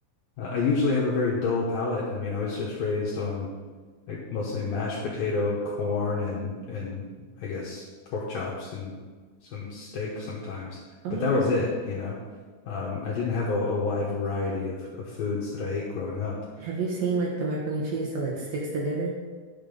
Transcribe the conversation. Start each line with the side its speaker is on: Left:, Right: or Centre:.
Left: Uh, I usually have a very dull palate. I mean, I was just raised on like mostly mashed potato, corn, and and I guess pork chops and some steak sometimes.
Right: Oh
Left: But
Right: yeah,
Left: that was it, you know. Um, I didn't have a, a wide variety of, of foods that I ate growing up.
Right: have you seen like the macaroni and cheese that like sticks together?